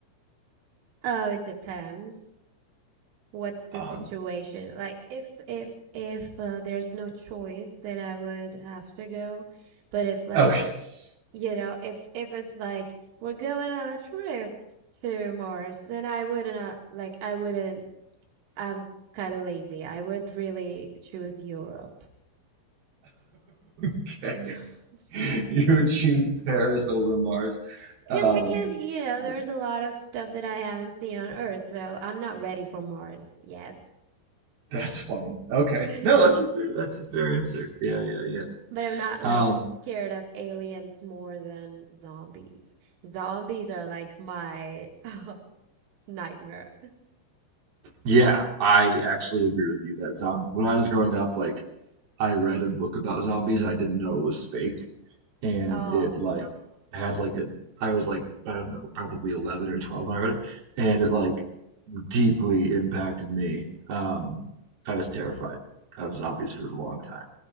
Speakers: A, on the right; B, on the right.
A: Oh, it depends. what's
B: On.
A: the situation like if if if uh, there's no choice then i would have to go but if like
B: Okay. <laughs>
A: you know if if it's like we're going on a trip to mars then i wouldn't uh, like i wouldn't i'm kind of lazy i would really choose europe
B: Okay.
A: <laughs>
B: <laughs> You would choose Paris over Mars.
A: because
B: Um,
A: because you know there's
B: yeah,
A: a lot of stuff that i haven't seen on earth so i'm not ready for mars yet
B: that's funny. Okay.
A: <laughs>
B: No, that's a fair, that's a fair answer. Yeah, yeah, yeah.
A: But I'm not like
B: Um,
A: scared of aliens more than zombies. Zombies are like my <laughs> nightmare.
B: yeah, I actually agree with you that zombie, when I was growing up, like I read a book about zombies I didn't know it was fake, and
A: Oh,
B: it like had like a I was like, I don't know, probably 11 or 12 when I read it, and it like deeply impacted me. Um, I was terrified of zombies for a long time.